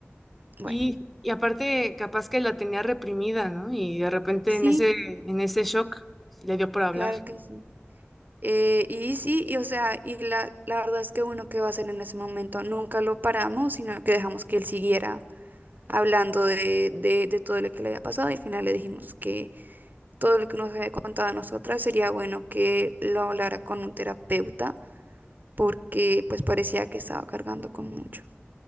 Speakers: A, on the right (about 45°); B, in the centre.
A: Bueno,
B: Y, y aparte, capaz que la tenía reprimida, ¿no? Y de repente
A: sí,
B: en ese, en ese shock le dio por hablar.
A: claro que sí. Eh, y sí, y o sea, y la, la verdad es que uno que va a hacer en ese momento, nunca lo paramos, sino que dejamos que él siguiera hablando de, de, de todo lo que le había pasado y al final le dijimos que todo lo que nos haya contado a nosotras, sería bueno que lo hablara con un terapeuta porque pues parecía que estaba cargando con mucho.